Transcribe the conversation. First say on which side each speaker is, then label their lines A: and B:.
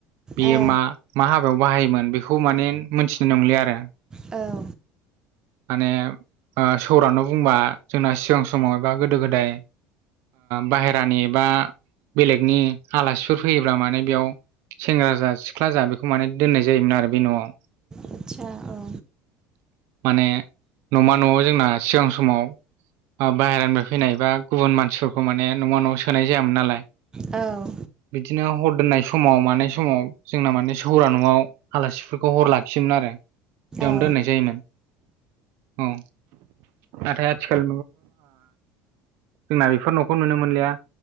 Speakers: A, on the right (about 65°); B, on the right (about 15°).
A: बियो
B: औ
A: मा मा हाबायाव बाहायोमोन बेखौ माने मोनथिनाय नंलि आरो
B: औ
A: मानि सौरानो बुंबा जोंना सिगां समाव एबा गोदो गोदाय बाहहेरानि एबा बेलेगनि आलासिफोर फैयोब्ला माने बेयाव सेंग्रा जा सिख्ला जा बेखौ माने दोननाय जायोमोन आरो बे न'आव
B: आचचा औ
A: माने न'मा न'आव जोंना सिगां समाव बाहेरानिफ्राय फैनाय बा गुबुन मानसिफोरखौ माने न' न'आव सोनाय जायामोन नालाय
B: औ
A: बिदिनो हर दोननाय समाव मानाय समाव जोंना माने सौरा न'आव आलासिफोरखौ हर लाखियोमोन आरो बेयावनो
B: औ
A: दोननाय जायोमोन। औ नाथाय आथिखाल जोंना बेफोर न'खौ नुनो मोनलिया